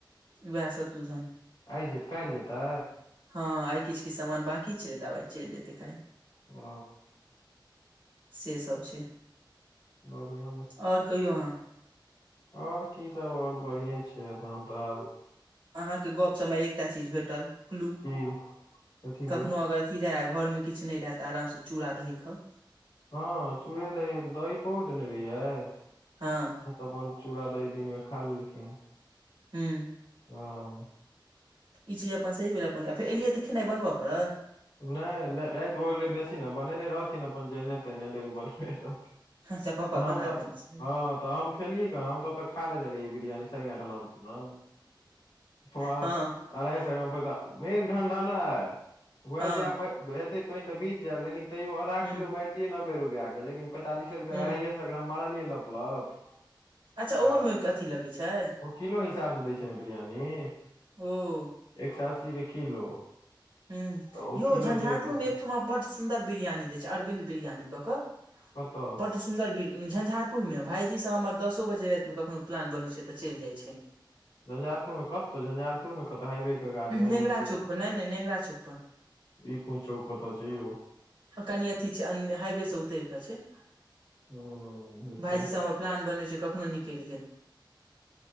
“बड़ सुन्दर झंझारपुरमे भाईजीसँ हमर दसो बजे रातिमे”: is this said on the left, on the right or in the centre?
Right